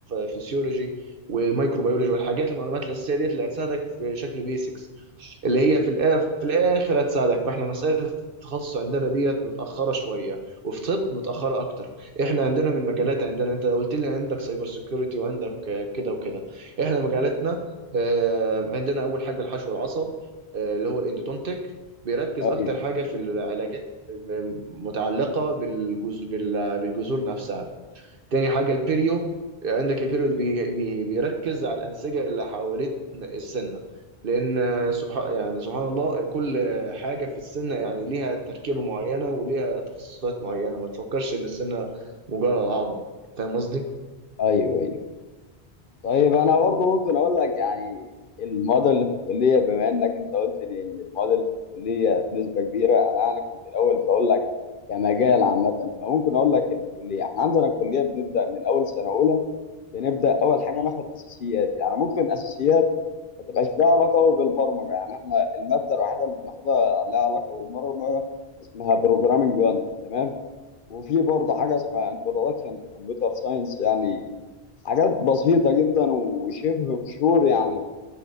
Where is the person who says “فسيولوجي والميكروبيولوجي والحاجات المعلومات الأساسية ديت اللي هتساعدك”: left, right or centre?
Right